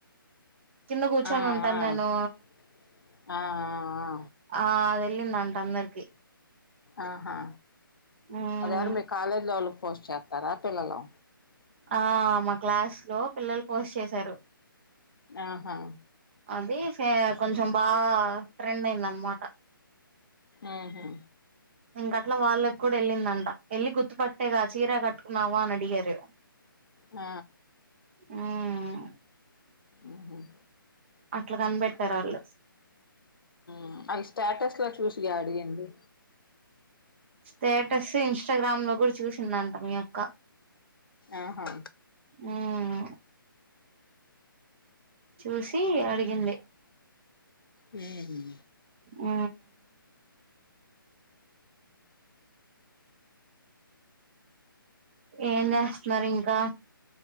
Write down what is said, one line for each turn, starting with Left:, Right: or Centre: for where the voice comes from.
Right: కింద కూర్చొని
Left: ఆ
Right: ఉంటాను
Left: ఆ
Right: నేను
Left: ఆ ఆ
Right: ఆ అదేలిందంట అందరికి
Left: ఆహా
Right: మ్మ్
Left: అది ఎవరు మీ కాలేజ్ లొల్లు పోస్ట్ చేస్తారా పిల్లలు
Right: ఆ మా క్లాస్ లో పిల్లలు పోస్ట్ చేసారు
Left: ఆహా
Right: అది సే కొంచెం బాగా ట్రెండ్ అయింది అనమాట
Left: ఆహా
Right: ఇంకట్ల వాళ్ళకి కూడా వెళ్ళిందంట వీళ్ళు గుర్తుపట్టేగా చీర కట్టుకున్నావా అని అడిగారు
Left: ఆ
Right: ఉమ్
Left: ఉహుం
Right: అట్లా కనిపెట్టారు ఆళ్ళు
Left: ఉమ్ అల్లు స్టాటస్ లో చూసిగా అడిగింది
Right: స్టేటస్ ఇన్స్టాగ్రామ్ లో కూడా చూసిందంట మీ యక్క
Left: ఆహా
Right: ఉమ్ చూసి అడిగింది
Left: ఉహుం
Right: ఆ ఏం చేస్తున్నారు ఇంకా